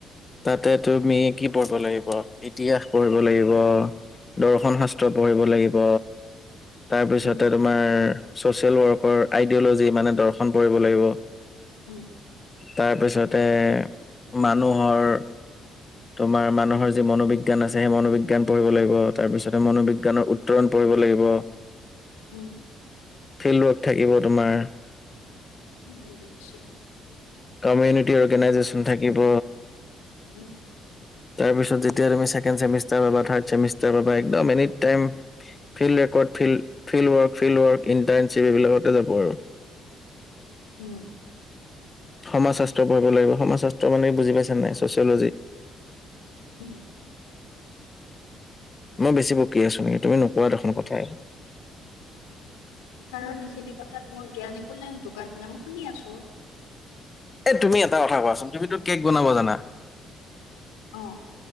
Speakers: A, on the left; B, on the left.
A: তাতে তুমি কি পঢ়িব লাগিব ইতিহাস পঢ়িব লাগিব। দৰ্শন শাস্ত্ৰ পঢ়িব লাগিব। তাৰ পিছতে
B: উম,
A: তোমাৰ ছচিয়েল ৱৰ্কৰ আইডিয়অ'লজি মানে দৰ্শন পৰি লাগিব
B: উম।
A: তাৰপিছতে মানুহৰ। তোমাৰ মানুহৰ যি মনোবিজ্ঞান আছে সেই মনোবিজ্ঞান পঢ়িব লাগিব তাৰ পিছতে মনোবিজ্ঞানৰ উত্তৰণ পঢ় লাগিব।
B: উম
A: ফিল্ড ৱৰ্ক থাকিব তোমাৰ
B: উমছা
A: কমিউনিটি অৰ্গেনাইজেচন থাকিব।
B: উম।
A: তাৰপিছত যেতিয়া সেকেন ছেমিষ্টাৰ বা থ্ৰাড ছেমিষ্টাৰ পাবা এনি টাইম ফিল্ড ত field work field work internship এইবিলাকতে যাব আৰু।
B: উম,
A: সমাজ শাস্ত্ৰ পঢ়িব লাগিব সমাজ শাস্ত্ৰ মানে বুজি পাইছা নে নাই ছচিয়লজি।
B: উম,
A: মই বেছি বকী আছো নেকি তুমি নোকোৱা দেখোন কথা একো?
B: কাৰণ এইখিনি কথাত মই জ্ঞান একো নাই সিটো কাৰণে মই শুনি আছো।
A: এ তুমি এটা কথা কোৱাচোন তুমিতো কেক বনাব জানা
B: অ',